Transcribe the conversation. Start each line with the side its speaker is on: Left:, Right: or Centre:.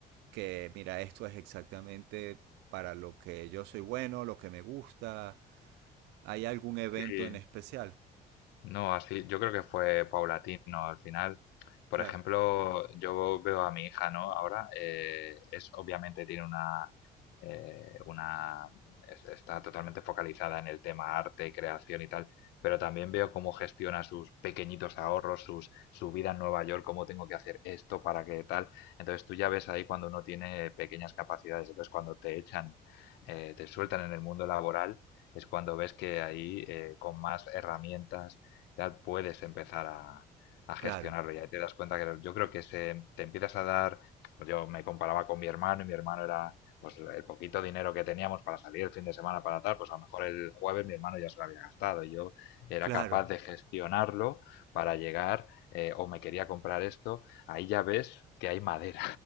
Right: que, mira, esto es exactamente para lo que yo soy bueno, lo que me gusta. ¿Hay algún evento
Left: Sí,
Right: en especial?
Left: No, así, yo creo que fue paulatino al final. Por
Right: Claro,
Left: ejemplo, yo veo a mi hija, ¿no? Ahora, eh, es obviamente tiene una, eh, una, es- está totalmente focalizada en el tema arte, creación y tal, pero también veo cómo gestiona sus pequeñitos ahorros, sus, su vida en Nueva York, cómo tengo que hacer esto para que tal. Entonces tú ya ves ahí cuando uno tiene pequeñas capacidades, entonces cuando te echan, eh, te sueltan en el mundo laboral, es cuando ves que ahí eh, con más herramientas ya puedes empezar a, a gestionarlo.
Right: claro,
Left: Y ahí te das cuenta que yo creo que se, te empiezas a dar, pues yo me comparaba con mi hermano y mi hermano era pues el poquito dinero que teníamos para salir el fin de semana para tal, pues a lo mejor el jueves mi hermano ya se lo había gastado y yo era
Right: claro.
Left: capaz de gestionarlo para llegar eh, o me quería comprar esto, ahí ya ves que hay madera,